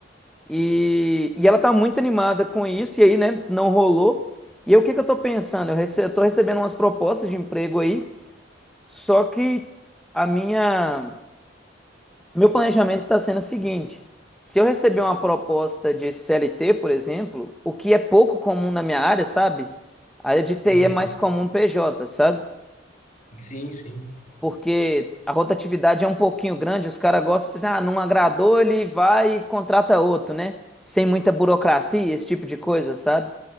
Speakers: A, in the centre; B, on the left (about 40°).
A: E, e ela tá muito animada com isso, e aí, né, não rolou. E aí, o que que eu tô pensando? Eu, rece eu tô recebendo umas propostas de emprego aí, só que a minha meu planejamento está sendo o seguinte: se eu receber uma proposta de CLT, por exemplo, o que é pouco comum na minha área, sabe? A área de TI
B: Uhum.
A: é mais comum PJ, sabe?
B: Sim, sim,
A: Porque a rotatividade é um pouquinho grande, os caras gostam de pensar, ah, não agradou, ele vai e contrata outro, né? Sem muita burocracia, esse tipo de coisa, sabe?